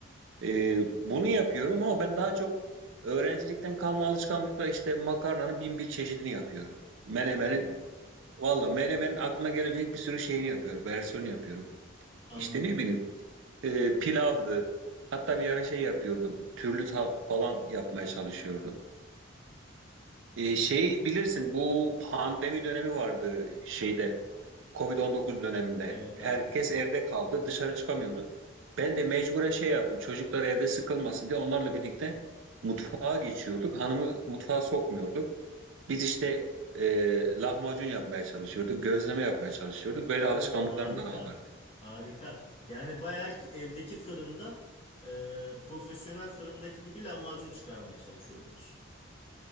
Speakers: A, on the right; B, on the left.
A: E, bunu yapıyorum ama ben daha çok öğrencilikten kalma alışkanlıkla işte makarnanın bin bir çeşidini yapıyorum. Menemenin valla menemenin aklına gelebilecek bir sürü şeyini yapıyorum versiyonu yapıyorum.
B: anladım.
A: İşte ne bileyim e, pilavdı hatta bir ara şey yapıyordum türlü ta- falan yapmaya çalışıyordum. Ee, şey bilirsin bu pandemi dönemi vardı şeyde Covid-19 döneminde.
B: Evet
A: Herkes
B: abi.
A: evde kaldı dışarı çıkamıyorduk. Ben de mecburen şey yaptım çocuklar evde sıkılmasın diye onlarla birlikte mutfağa geçiyorduk. Hanımı mutfağa sokmuyorduk. Biz işte e, lahmacun yapmaya çalışıyorduk, gözleme yapmaya çalışıyorduk. Böyle
B: Oo
A: alışkanlıklarım
B: harika.
A: da var.
B: Harika. Yani bayağı ki evdeki fırında e, profesyonel fırındaki gibi lahmacun çıkarmaya çalışıyordunuz.